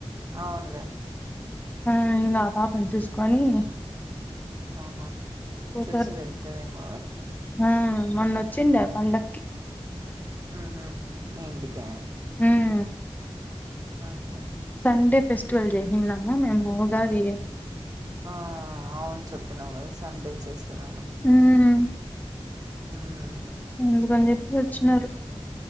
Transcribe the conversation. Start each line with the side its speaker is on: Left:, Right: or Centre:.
Right: అవునులే
Left: ఆ ఇంగ అ పాపని చూసుకొని
Right: ఆహా
Left: పోతారు
Right: చూసి వెళ్తదేమో గదా
Left: ఆ మొన్నొచ్చిండే ఆ పండక్కి
Right: ఉహ్ మీ ఇంటికా
Left: ఉమ్
Right: ఓకే
Left: ండే ఫెస్టివల్ చేసిన్నము మేము ఉగాది
Right: ఆ అవును చెప్పినావు కదా సండే చేస్తున్నాం అని
Left: ఉమ్
Right: ఉమ్
Left: అందుకని చెప్పి వచ్చినారు